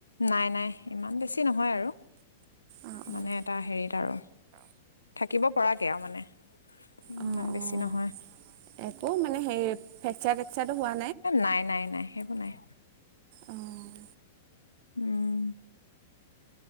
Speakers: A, on the left (about 80°); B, on the right (about 45°).
A: নাই নাই ইমান বেছি নহয় আৰু,
B: অঁ অঁ
A: মানে এটা হেৰিত আৰু থাকিব পৰাকে আৰু মানে
B: অঁ
A: ইমান বেছি
B: অঁ অঁ
A: নহয়।
B: একো মানে হেৰি ফ্ৰেকচাৰ টেকচাৰটো হোৱা
A: নাই নাই নাই সেইবোৰ নাই
B: অঁ
A: উম।